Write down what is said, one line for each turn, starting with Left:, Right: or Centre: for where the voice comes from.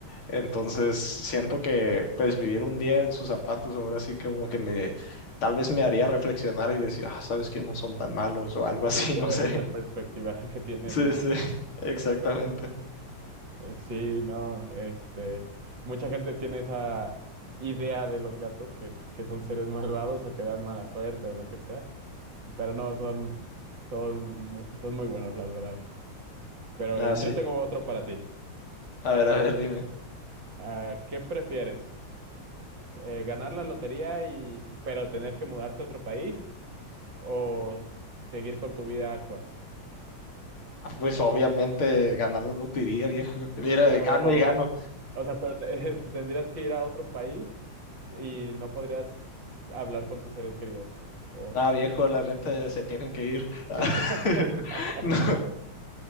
Left: Entonces siento que pues vivir un día en sus zapatos ahora sí que como que me tal vez me haría reflexionar y decir, ah, sabes que no son tan malos o algo así,
Right: Y te
Left: <laughs> no
Right: daría
Left: sé.
Right: la perspectiva <laughs> que tienen
Left: Sí,
Right: ellos,
Left: sí,
Right: ¿no?
Left: exactamente.
Right: Eh, sí, no, este, mucha gente tiene esa idea de los gatos que, que son seres <laughs> malvados o que dan mala suerte o lo que sea, pero no, son, son, mu- son muy buenos, la verdad. Pero
Left: Ah,
Right: eh,
Left: sí.
Right: yo tengo otro para ti.
Left: A ver, a ver, dime.
Right: Ah, ¿qué prefieres? Eh, ¿ganar la lotería y, pero tener que mudarte a otro país o seguir con tu vida actual?
Left: Ah, Pues obviamente ganar la lotería, viejo. Mira,
Right: Pero,
Left: gano y gano.
Right: o sea, pero te, <laughs> te tendrías que ir a otro país y no podrías hablar con tus seres queridos. O-
Left: Nada, viejo, la neta se tienen que ir. <laughs>
Right: <laughs>
Left: No.